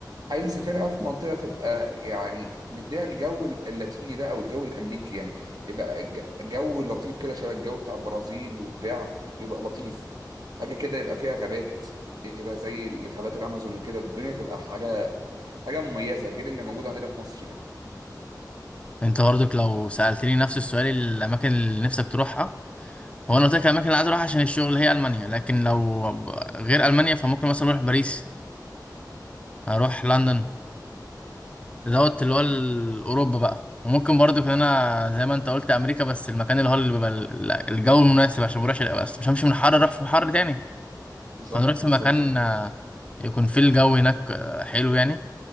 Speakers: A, on the right; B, on the left.
A: عايز اسافرها في منطقه تبقى يعني مديها الجو اللاتيني ده او الجو الامريكي يعني يبقى ج- جو لطيف كده شبه الجو بتاع البرازيل وبتاع يبقى لطيف حاجه كده يبقى فيها غابات يبقى زي غابات الامازون وكده الدنيا تبقى حاجه حاجه مميزه غير اللي موجود عندنا في مصر يعني
B: انت برضك لو سألتني نفس السؤال الأماكن اللي نفسك تروحها هو أنا قلت لك الأماكن اللي عايز أروحها عشان الشغل هي ألمانيا لكن لو غير ألمانيا فممكن مثلا أروح باريس أروح لندن دوت اللي هو ال- أوروبا بقى وممكن برضو كان أنا زي ما أنت قلت أمريكا بس المكان اللي هو اللي بيبقى ال- الجو المناسب عشان مروحش بس مش همشي من حر أروح في حر تاني
A: صح
B: فنروح في
A: بالظبط
B: مكان
A: كده.
B: آه، يكون فيه الجو هناك آه، حلو يعني